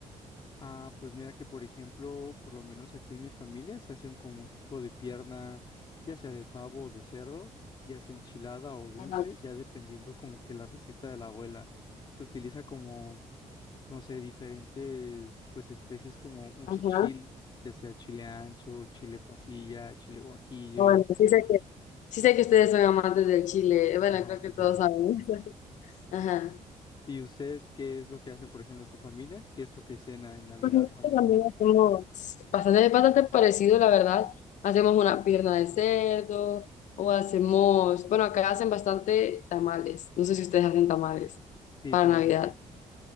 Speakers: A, on the left; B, on the left.
A: Ah, pues mira que por ejemplo, por lo menos aquí en mi familia se hace un- como un tipo de pierna, ya sea de pavo o de cerdo, ya sea enchilada o dulce,
B: Ajá.
A: ya dependiendo como que la receta de la abuela. Se utiliza como, no sé, diferentes pues especies como mucho
B: Ajá.
A: chile,
B: Ah,
A: ya sea chile ancho, chile pasilla, chile guajillo.
B: Bueno, sí sé que, sí sé que ustedes son amantes del chile. Bueno,
A: Ajá,
B: creo
A: sí,
B: que todos
A: sí, sí.
B: saben. <laughs> Ajá.
A: ¿Y ustedes qué es lo que hacen, por ejemplo, tu familia? ¿Qué es lo que cena en Navidad
B: Con el gato
A: o Año
B: también
A: Nuevo?
B: hacemos bastante, es bastante parecido, la verdad. Hacemos una pierna de cerdo o hacemos, bueno, acá hacen bastante tamales. No sé si ustedes hacen tamales
A: Sí,
B: para
A: también.
B: Navidad,